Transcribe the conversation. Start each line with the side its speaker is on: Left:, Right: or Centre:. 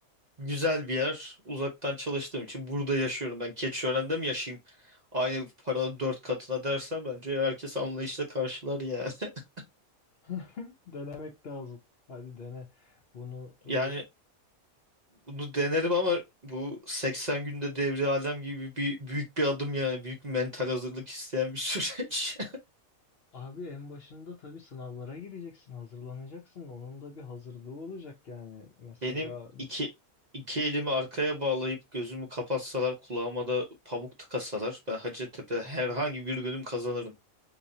Right: güzel bir yer. Uzaktan çalıştığım için burada yaşıyorum. Ben Keçiören'de mi yaşayayım? Aynı paranın dört katına dersen bence herkes anlayışla karşılar yani. <laughs>
Left: <laughs> denemek lazım hadi dene bunu e,
Right: Yani Bunu denerim ama bu 80 günde devri alem gibi bir büyük bir adım yani büyük bir mental hazırlık isteyen bir süreç.
Left: abi en başında tabii sınavlara gireceksin hazırlanacaksın onun da bir hazırlığı olacak yani
Right: <laughs>
Left: mesela
Right: Benim iki iki elimi arkaya bağlayıp gözümü kapatsalar kulağıma da pamuk tıkasalar ben Hacettepe herhangi bir bölüm kazanırım